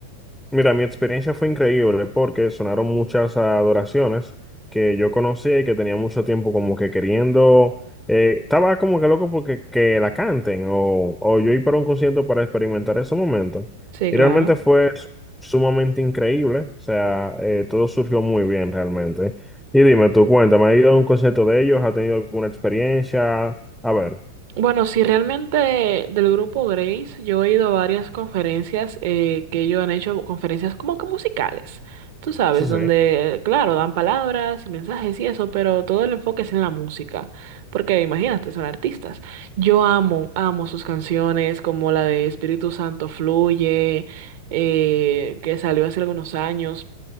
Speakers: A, in the centre; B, on the right.
A: Mira, mi experiencia fue increíble porque sonaron muchas adoraciones que yo conocía y que tenía mucho tiempo como que queriendo, eh, estaba como que loco porque que la canten o, o yo ir para un concierto para experimentar ese momento.
B: Sí,
A: Y
B: claro.
A: realmente fue su- sumamente increíble, o sea, eh, todo surgió muy bien realmente. Y dime, tú cuéntame, ¿has ido a un concierto de ellos? ¿Has tenido alguna experiencia? A ver,
B: Bueno, sí, realmente del grupo Grace, yo he ido a varias conferencias eh, que ellos han hecho, conferencias como que musicales, tú sabes,
A: sí, sí.
B: donde, claro, dan palabras y mensajes y eso, pero todo el enfoque es en la música, porque imagínate, son artistas. Yo amo, amo sus canciones, como la de Espíritu Santo Fluye, eh, que salió hace algunos años.